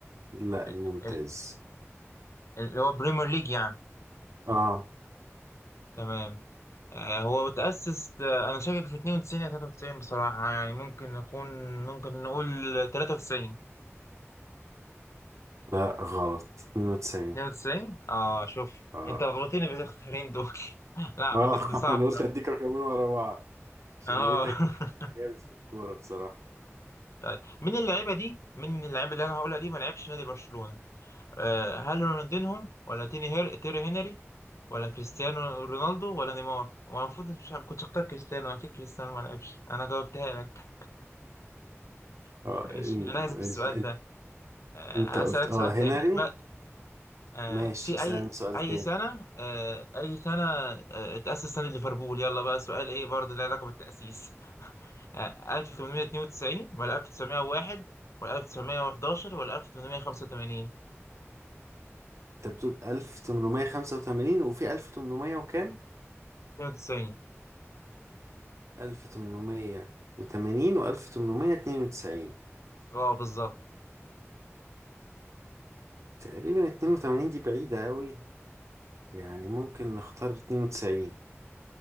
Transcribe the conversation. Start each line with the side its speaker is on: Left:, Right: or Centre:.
Right: لا
Left: ال-
Right: الممتاز
Left: ال- اللي هو بريمير ليج يعني
Right: اه
Left: تمام آه هو اتأسس آه، انا شاكك في 92 يا 93 بصراحة يعني ممكن نكون ممكن نقول 93
Right: لا غلط 92
Left: 92 اه شوف
Right: اه
Left: انت لخبطتني بالاختيارين دول <laughs> لا
Right: اه
Left: كنت
Right: <laughs>
Left: صعب
Right: انا
Left: ده.
Right: قلت اديك رقمين ورا بعض عشان
Left: اه
Right: لقيتك
Left: <laughs>
Right: جامد في الكورة بصراحة
Left: طيب مين اللعيبه دي مين اللعيبه اللي انا هقولها دي ما لعبش نادي برشلونه آه هل رونالدينهم ولا تيني هير... تيري هنري ولا كريستيانو رونالدو ولا نيمار هو المفروض مش عارف كنت اختار كريستيانو اكيد كريستيانو ما لعبش انا جاوبتها لك <laughs>
Right: اه
Left: ماشي
Right: إن-
Left: انا هسيب
Right: انت
Left: السؤال
Right: انت
Left: ده آه
Right: انت قلت
Left: هسألك
Right: اه
Left: سؤال
Right: هنري
Left: تاني ما... آه
Right: ماشي
Left: في
Right: اسألني
Left: اي
Right: سؤال
Left: اي
Right: تاني
Left: سنه آه اي سنه آه اتأسس نادي ليفربول يلا بقى سؤال ايه برضه له علاقه بالتأسيس يعني 1892 ولا 1901 ولا 1911 ولا 1885
Right: انت بتقول 1885 وفي 1800 وكام
Left: 92
Right: 1880 و1892
Left: اه بالظبط
Right: تقريبا 82 دي بعيدة أوي يعني ممكن نختار 92